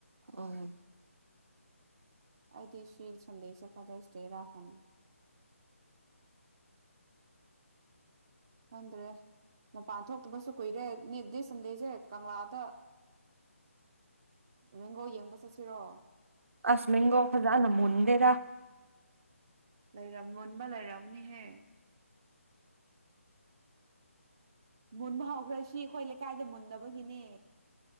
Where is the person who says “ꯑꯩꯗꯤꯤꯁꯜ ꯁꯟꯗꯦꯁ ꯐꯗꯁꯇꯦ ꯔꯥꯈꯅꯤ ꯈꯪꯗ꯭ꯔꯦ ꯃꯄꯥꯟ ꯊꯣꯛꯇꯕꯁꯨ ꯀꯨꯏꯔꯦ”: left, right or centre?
Right